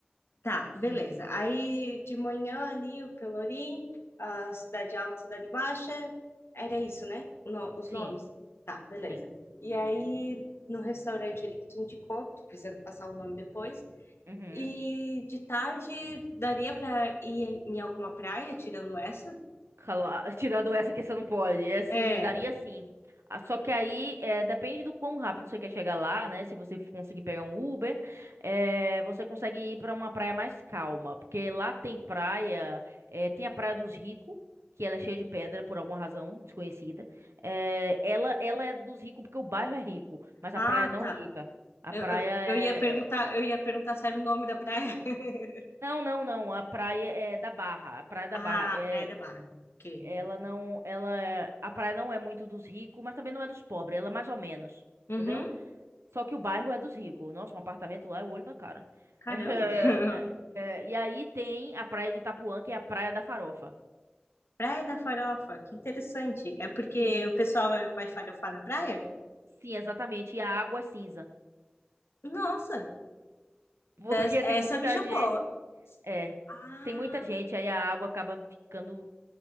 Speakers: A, on the left; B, on the right.
A: Tá,
B: sim,
A: beleza. Aí de manhã ali o Pelourinho, a Cidade Alta, Cidade Baixa, era isso, né? O no- os
B: sim,
A: nomes. Tá, beleza.
B: sim.
A: E aí no restaurante ali que tu indicou, que tu precisa passar o nome depois.
B: Uhum.
A: E de tarde daria pra ir em alguma praia, tirando essa?
B: Cala- <laughs> Tirando essa que você não pode. É assim,
A: É.
B: daria sim. Ah, Só que aí é, depende do quão rápido você quer chegar lá, né? Se você conseguir pegar um Uber, é, você consegue ir para uma praia mais calma. Porque lá tem praia, é, tem a Praia dos Ricos, que ela é cheia de pedra por alguma razão desconhecida. É, ela, ela é dos ricos porque o bairro é rico, mas
A: Ah,
B: a praia não
A: tá.
B: é rica. A
A: Eu,
B: praia
A: eu,
B: é.
A: eu ia perguntar,
B: é-
A: eu ia perguntar se era o nome da praia. <laughs>
B: Não, não, não. A praia é da Barra. A praia da
A: Ah,
B: Barra. É,
A: Praia da Barra. Ok.
B: Ela não, ela, é- a praia não é muito dos ricos, mas também não é dos pobres, ela é mais ou menos,
A: Uhum.
B: entendeu? Só que o bairro é dos ricos. Nossa, um apartamento lá é o olho da cara. <laughs>
A: Caramba.
B: É,
A: <laughs>
B: é, é, e aí tem a praia de Itapuã, que é a praia da farofa.
A: Praia da Farofa, que interessante. É porque
B: Sim,
A: o pessoal vai, vai farofar na praia?
B: sim, exatamente. E a água é cinza,
A: Nossa,
B: <laughs> porque
A: des- essa
B: tem muita
A: me chocou.
B: gente. É,
A: Ah,
B: tem muita gente, aí a água acaba ficando